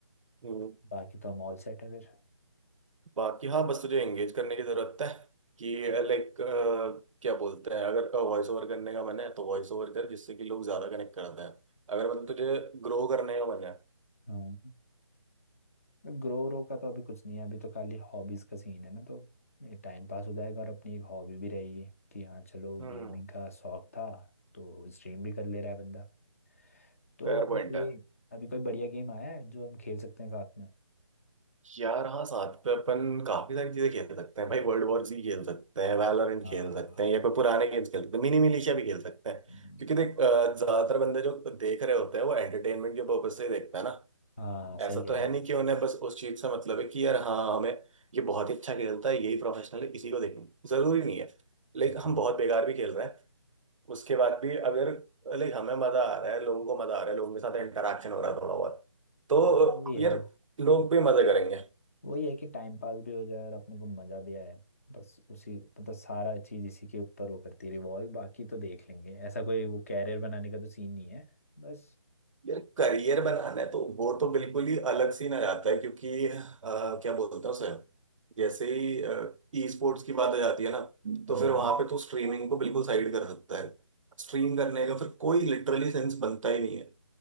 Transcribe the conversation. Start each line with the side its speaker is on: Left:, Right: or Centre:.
Right: हम्म
Left: बाकी तो हम ऑल सेट है फिर
Right: बाकी हाँ बस तुझे एंगेज करने की जरूरत है कि लाइक क्या बोलते हैं अगर वॉइस ओवर करने का मन है तो वॉइस ओवर कर जिससे कि लोग ज्यादा कनेक्ट करते हैं अगर मतलब तुझे ग्रो करने का मन है
Left: हाँ ग्रो व्रो का तो अभी कुछ नहीं है अभी तो खाली हॉबीज का सीन है ना तो टाइम पास हो जाएगा और अपनी एक हॉबी भी रहेगी कि हाँ चलो
Right: हम्म
Left: गेमिंग का शौक था तो स्ट्रीम भी कर ले रहा है बंदा तो
Right: फेयर
Left: अभी
Right: पॉइंट
Left: कोई
Right: है
Left: अभी कोई बढ़िया गेम आया है जो हम खेल सकते हैं साथ में
Right: यार हाँ साथ पे अपन काफी सारी चीजें खेल सकते हैं भाई वर्ल्ड वॉर जी खेल सकते हैं वैलोरेंट
Left: हाँ
Right: खेल सकते हैं या कोई पुराने गेम्स खेल सकते हैं मिनी मिलिशिया भी खेल सकते हैं
Left: हम्म,
Right: क्योंकि देख अ, ज्यादातर बंदे जो देख रहे होते हैं वो एंटरटेनमेंट के पर्पज से ही देखते हैं ना
Left: हाँ सही
Right: ऐसा
Left: कह
Right: तो है
Left: रहे हैं
Right: नहीं कि उन्हें बस उस चीज से मतलब है कि यार हाँ हमें ये बहुत ही अच्छा खेलता है यही प्रोफेशनल है इसी को देखना जरूरी नहीं है लाइक
Left: हाँ
Right: हम बहुत बेकार भी खेल रहे हैं उसके बाद भी अगर लाइक हमें मजा आ रहा है लोगों को मजा आ रहा है लोगों के साथ इंटरेक्शन हो रहा है थोड़ा बहुत तो
Left: हाँ वही है
Right: यार लोग भी मजे करेंगे
Left: वही है कि टाइम पास भी हो जाए और अपने को मजा भी आए बस उसी मतलब सारा चीज इसी के ऊपर वो करती है रिवॉल्व बाकी तो देख लेंगे ऐसा कोई वो कैरियर बनाने का तो सीन नहीं है बस
Right: यार करियर बनाना है तो वो तो बिल्कुल ही अलग सीन आ जाता है क्योंकि अ, क्या बोलते हैं उसे जैसे ही ई स्पोर्ट्स की बात आ जाती है ना
Left: हाँ
Right: तो फिर वहां पे तू स्ट्रीमिंग को बिल्कुल साइड कर सकता है स्ट्रीम करने का फिर कोई लिटरली सेंस बनता ही नहीं है